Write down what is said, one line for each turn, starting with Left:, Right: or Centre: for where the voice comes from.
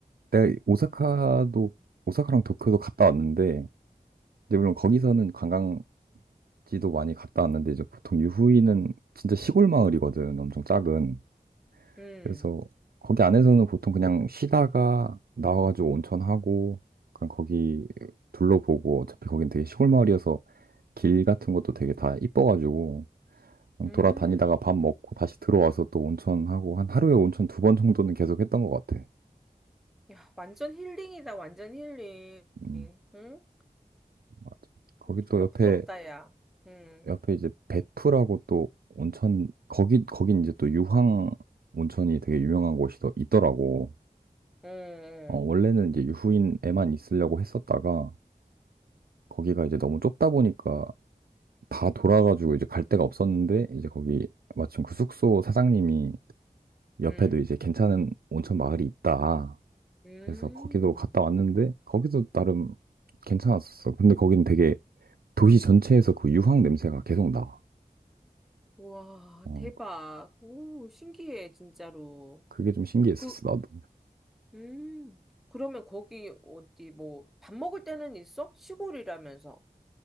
Right: 내가 오사카도 오사카랑 도쿄도 갔다 왔는데 이제 물론 거기서는 관광지도 많이 갔다 왔는데 이제 보통 유후이는 진짜 시골 마을이거든. 엄청 작은.
Centre: 음.
Right: 그래서 거기 안에서는 보통 그냥 쉬다가 나와가지고 온천하고 그냥 거기 둘러보고 어차피 거긴 되게 시골 마을이어서 길 같은 것도 되게 다 이뻐가지고 그냥
Centre: 음.
Right: 돌아다니다가 밥 먹고 다시 들어와서 또 온천하고 한 하루에 온천 두 번 정도는 계속 했던 것 같아.
Centre: 야, 완전 힐링이다, 완전 힐링.
Right: 음,
Centre: 응?
Right: 맞아. 거기
Centre: 음,
Right: 또
Centre: 정말
Right: 옆에
Centre: 부럽다, 야. 응,
Right: 옆에 이제 베프라고 또 온천 거기 거긴 이제 또 유황 온천이 되게 유명한 곳이 더 있더라고.
Centre: 응,
Right: 어, 원래는 이제 유후인에만 있으려고 했었다가 거기가 이제 너무 좁다 보니까 다 돌아가지고 이제 갈 데가 없었는데 이제 거기 마침 그 숙소 사장님이 옆에도
Centre: 응,
Right: 이제 괜찮은 온천 마을이 있다.
Centre: 음.
Right: 그래서 거기도 갔다 왔는데 거기도 나름 괜찮았었어. 근데 거기는 되게 도시 전체에서 그 유황 냄새가 계속 나.
Centre: 우와,
Right: 어,
Centre: 대박. 오, 신기해, 진짜로.
Right: 그게 좀 신기했었어,
Centre: 그,
Right: 나도.
Centre: 음. 그러면 거기 어디, 뭐, 밥 먹을 때는 있어? 시골이라면서.